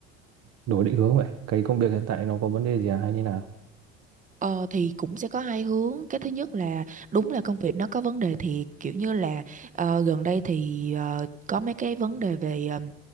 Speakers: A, on the right; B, on the right.
A: đổi định hướng vậy? Cái công việc hiện tại nó có vấn đề gì à hay như nào?
B: Ờ, thì cũng sẽ có hai hướng. Cái thứ nhất là đúng là công việc nó có vấn đề thì kiểu như là ờ, gần đây thì ờ, có mấy cái vấn đề về ờm,